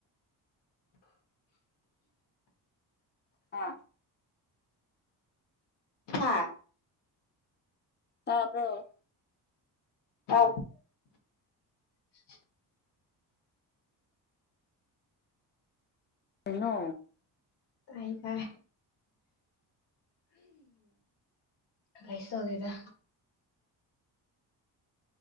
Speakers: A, on the left; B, on the left.
A: ꯍꯥ
B: ꯊꯥ
A: ꯇꯥꯕ꯭ꯔꯣ
B: ꯇꯥꯕ꯭ꯔꯣ <unintelligible>
A: ꯀꯩꯅꯣ
B: ꯇꯥꯏ ꯇꯥꯏ ꯀꯩꯁꯨ ꯇꯧꯗꯦꯗ